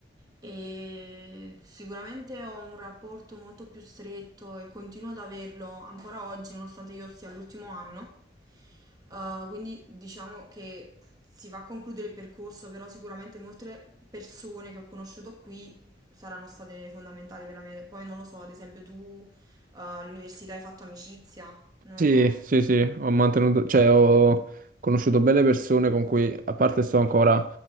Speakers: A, on the right; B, on the right.
A: E sicuramente ho un rapporto molto più stretto e continuo ad averlo ancora oggi, nonostante io sia all'ultimo anno. Uh, quindi diciamo che si va a concludere il percorso, però sicuramente molte persone che ho conosciuto qui saranno state fondamentali per la mia... Poi non lo so, ad esempio tu uh, all'università hai fatto amicizia, non
B: Sì,
A: lo so.
B: sì, sì, ho mantenuto, cioè ho conosciuto belle persone con cui, a parte sto ancora